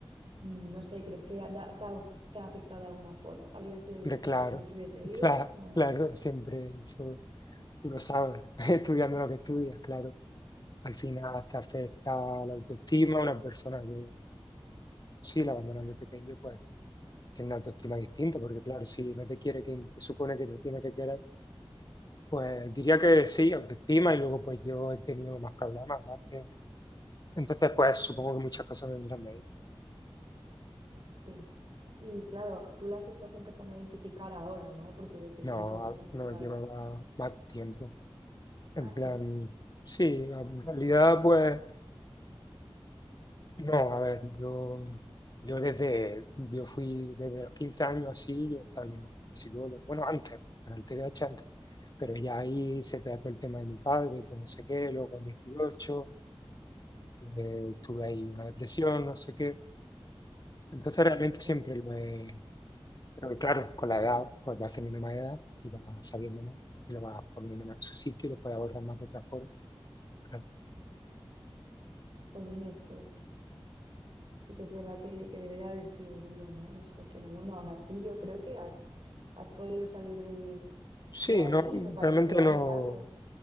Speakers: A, on the right; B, on the left.
A: Mm, No sé, ¿crees que da- te ha, te ha afectado de alguna forma? ¿Que habría sido distinto
B: Hombre, claro,
A: si no se hubiese
B: <laughs>
A: ido?
B: claro,
A: O...
B: claro, siempre eso tú lo sabes, <laughs> estudiando lo que estudias, claro. Al final te afecta la autoestima, una persona que sí la abandonan de pequeño, pues tiene una autoestima distinta, porque claro, si no te quiere quien te supone que te tiene que querer, pues diría que sí, autoestima, y luego pues yo he tenido más problemas, aparte Entonces, pues supongo que muchas cosas vendrán de ella.
A: Sí. Y claro, tú las estás empezando a identificar ahora, ¿no? Porque de pequeño
B: No,
A: como quizás...
B: no llevaba más tiempo. En
A: Ah, sí.
B: plan, sí, en realidad, pues, no, a ver, yo, yo desde, yo fui desde los 15 años así, yo estaba yendo al psicólogo, bueno, antes, para el TDAH antes, pero ya ahí se trató el tema de mi padre, de no sé qué, luego con 18 eh, tuve ahí una depresión, no sé qué. Entonces, realmente siempre
A: Bueno,
B: lo he, Pero y claro, con la edad, pues vas teniendo más edad y vas sabiendo más y lo vas poniendo más en su sitio y lo puedes abordar más de otra forma. claro.
A: Jolines, pues sí que es verdad que, que debe de haber sido duro, ¿no? Eso, pero bueno, aún así yo creo que has, has podido salir de,
B: Sí,
A: de ahí
B: no,
A: y me parece
B: realmente
A: admirable.
B: no,